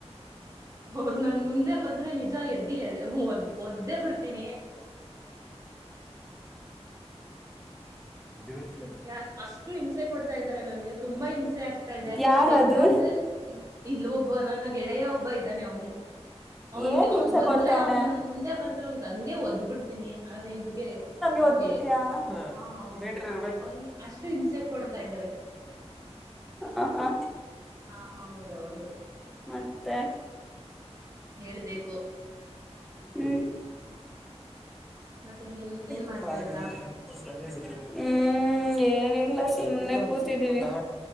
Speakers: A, on the right (about 30°); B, in the centre.
A: ಅವ್ರ ನನ್ ಮುಂದೆ ಬಂದ್ರೆ ನಿಜ ಎದ್ದಿದದ ಒದ್ದೇ ಬಿಡ್ತ ತಿನ
B: ಹೋಡ್ಬಿಡ್
A: ಯಾ ಅಷ್ಟು ಹಿಂಸೆ ಕೊಡ್ತಾ ಇದಾರೆ ನನ್ಗೆ ತುಂಬಾ ಹಿಂಸೆ ಆಗ್ತಾ ಇದೆ
B: ಯಾರದು
A: ಅವ್ರ ಬಂದ್ರೆ ಇಲ್ ಒಬ್ಬ ನನ್ನ ಗೆಳೆಯ ಒಬ್ಬ ಇದ್ದಾನೆ ಅವನು ಅವನ್ಿಗೆ
B: ಏನ್
A: ಅವ್ನ್
B: ಹಿಂಸೆ
A: ಬಂದ್ರೆ
B: ಕೊಡ್ತವ್ನೆ
A: ಅವನ್ ನನ್ ಮುಂದೆ ಬಂದ್ರೆ ಅವನ್ಗ ಹಂಗೆ ಒದ್ಬಿಡ್ತೀನಿ ಆ ರೇಂಜ್ಗೆ ನನ್ಗೆ
B: ದ್ಬಿಡ್ತಯ ಆ
A: ಹಾ ಹೌದು
B: ಮೀಟರ್ ಇರ್ಬೇಕು
A: ಅಷ್ಟು ಹಿಂಸೆ ಕೊಡ್ತಾ ಇದ್ದಾರೆ
B: ಹ ಹಾ
A: ಹಾ ಹೌದೌದು
B: ಮತ್ತೆ
A: ಹೇಳ್ಬೇಕು
B: ಹೂ
A: ಮತ್ತೆ ಏನ್ ಏನ್
B: ಪ್ಪ
A: ಮಾಡ್ತಾ
B: ಆ ಮತ್ತು
A: ಇದ್ರಾ
B: ಹೂ ಹೂ ಏನಿಲ್ಲ ಸುಮ್ನೆ ಕೂತಿದ್ದೀವಿ